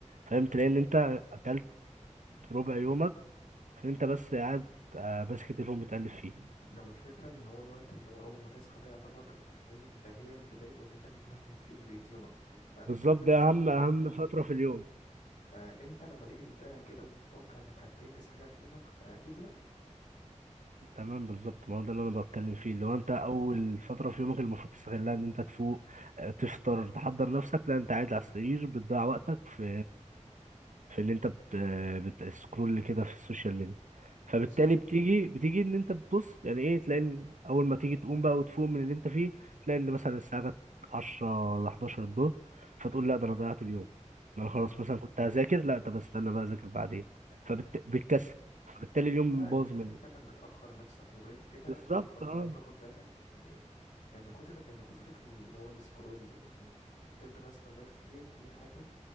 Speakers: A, on the right (about 80°); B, on the left (about 85°).
A: فاهم تلاقي ان انت اكلت ربع يومك فانت بس قاعد آه، ماسك التليفون بتقلب فيه
B: لو الفكرة ان هو الوقت اللي هو اول ما تصحى ده يعتبر هي ده هي البداية واللي انت بتمهد فيه لبقية يومك ف... ف... فانت
A: بالظبط ده اهم
B: يعني
A: اهم
B: انت
A: فتره في اليوم
B: فانت لما تيجي تبداها كده وتتوقع انك هتنجز حاجه في يومك فاكيد لا
A: تمام بالظبط ما هو ده اللي انا بتكلم فيه اللي هو انت اول فتره في يومك المفروض تستغلها ان انت تفوق آه، تفطر تحضر نفسك لا انت قاعد على السرير بتضيع وقتك في في اللي انت بت... بتسكرول كده في السوشيال ميديا فبالتالي
B: صح
A: بتيجي بتيجي ان انت بتبص يعني ايه تلاقي ان اول ما تيجي تقوم بقى وتفوق من اللي انت فيه تلاقي ان مثلا الساعه جت 10 ولا 11 الظهر فتقول لا ده انا ضيعت اليوم ده انا خلاص
B: لا
A: مثلا كنت هذاكر لا طب استنى بقى اذاكر بعدين فبتكسل فبالتالي اليوم
B: لا
A: باظ
B: الفكره
A: منك
B: انك بتاخر نفسك وغير كده
A: بالظبط
B: انت برضه
A: اه
B: لو تاخد بالك ان ايه ان كتر ان كتر اللي هو السكرول وانك تفضل ماسك الموبايل كتير دي حاجه